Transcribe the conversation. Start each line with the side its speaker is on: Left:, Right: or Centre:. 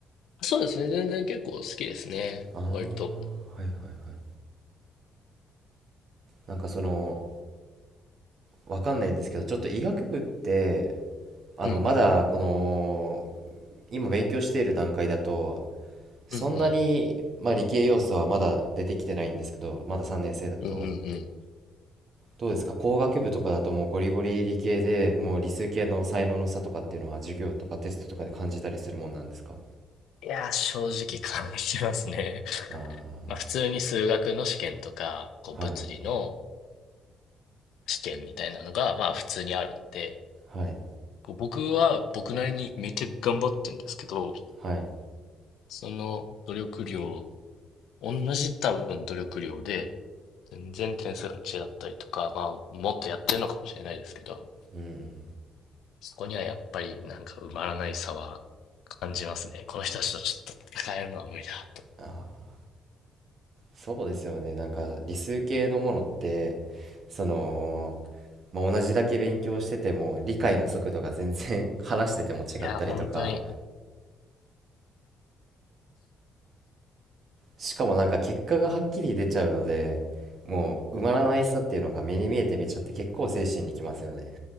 Left: そうですね。全然結構好きですね。
Right: あ
Left: 割と。
Right: あーはいはいはいなんかそのわかんないんですけど、ちょっと医学部って、あの、
Left: うんうん。
Right: まだこの、今勉強している段階だと、そんなに、
Left: うんうん。
Right: まあ、理系要素はまだ出てきてないんですけど、まだ3年生だと、
Left: うんうんうん。い
Right: どうですか、工学部とかだともうゴリゴリ理系で、もう理数系の才能の差とかっていうのは授業とかテストとかで感じたりするもんなんですか
Left: やー、正直感じますね。<laughs>
Right: あ
Left: まあ普通に数学の試験とか、こう物理の
Right: あはい、
Left: 試験みたいなのが、まあ普通にあるので、
Right: はい、
Left: こう僕は僕なりにめっちゃ頑張ってるんですけど、
Right: はい、
Left: その努力量、同じ多分努力量で、全然点数が違ったりとか、まあもっとやってるのかもしれないですけど、
Right: うんうん。
Left: そこにはやっぱりなんか埋まらない差は感じますね。この人たちとちょっと戦えるのは無理だと。
Right: ああそうですよね。なんか理数系のものって、その、まあ、同じだけ勉強してても理解の速度が全然 <laughs> 話してても違ったりとか
Left: いやー、本当に。
Right: しかもなんか結果がはっきり出ちゃうのでもう埋まらないさっていうのが目に見えて見ちゃって結構精神にきますよね